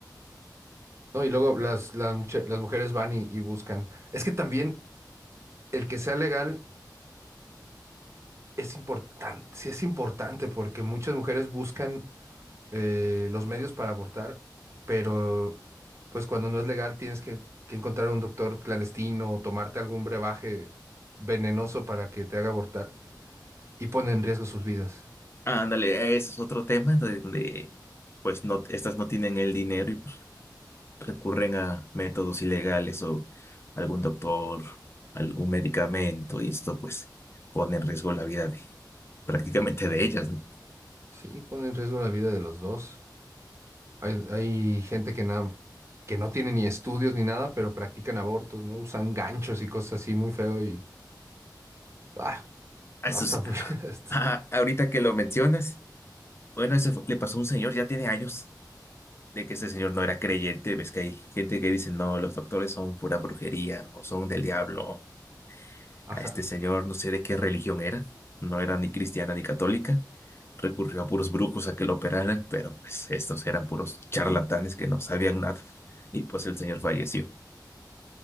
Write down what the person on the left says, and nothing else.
Ándale, ese es otro tema donde, donde, pues no, estas no tienen el dinero y pues, recurren a métodos ilegales o algún doctor, algún medicamento y esto pues pone en riesgo la vida de prácticamente de ellas, ¿no?
Ah,
Eso
sí,
ah, ahorita que lo mencionas, bueno, eso fue- le pasó a un señor, ya tiene años de que ese señor no era creyente, ves que hay gente que dice, no, los doctores son pura brujería o son del diablo
A este señor no sé de qué religión era, no era ni cristiana ni católica, recurrió a puros brujos a que lo operaran, pero pues estos eran puros charlatanes que no sabían nada y pues el señor falleció.